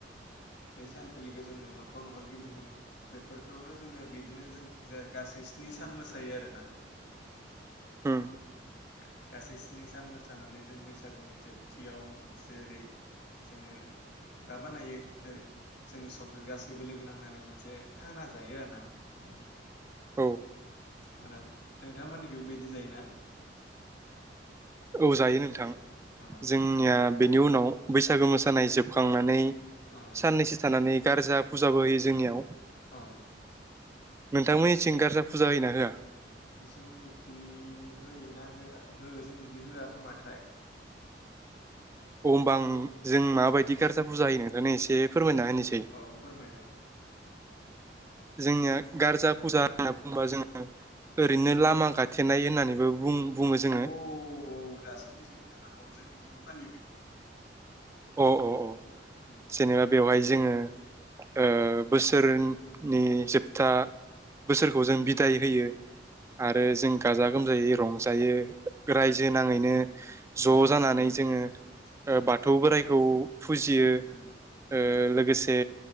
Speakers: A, on the left; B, on the right.
A: बै सान नखर गिरिजों न'खर न'खर गिदिं गिङो बेफोरखौनो जोङो बिदिनो जों ज गासै स्नि सान मोसायो आरोना
B: होम
A: औ। गासै स्नि सान मोसानानै जों बैसागुनि जोबथियाव मोनसेेरै जोङो माबानायो जेरै जोङो सबबो गासै जेबो लोगो नांनानै मोनसे खाना जायो आरो ना उम
B: औ
A: खाना नोंथांमोननिखैबो बिदि जायोना
B: औ जायो नोंथां
A: औ
B: जोंनिया
A: जायोना
B: बेनि उनाव बैसागो मोसानाय जोबखांनानै
A: औ
B: साननैसो थानानै गार्जा फुजाबो होयो जोंनियाव
A: औ
B: नोंथां मोननिथिं गार्जा फुजा होयोना होआ?
A: जोंनिखि होयो ना होया हो जोंनिखि होया खोमाथाय।
B: अम आं जों मा बायदि गार्जा पुजा होयो नोंथांनो इसे फोरमायना होनोसै
A: औ फोरमायनाय
B: जोंनिया गार्जा फुजा होनना बुंबा जोङो ओरैनो लामा गाथेनाय होननानैबो बुं बुङो जोङो
A: औ-औ दासो बुजि मोनदों आं औ जोंनिखिबो फालियो बेखौ।
B: अ अ अ
A: उम
B: जेनेबा बेवहाय जोङो ओ बोसोर नि जोबथा बोसोरखौ
A: उम
B: जों बिदाय होयो आरो जों गाजा गोमजायो रंजायो। रायजो नाङैनो
A: उम
B: ज' जानानै
A: उम
B: जोङो ओ
A: उम
B: बाथ बाथौ बोराइखौ फुजियो ओ
A: उम
B: लोगोसे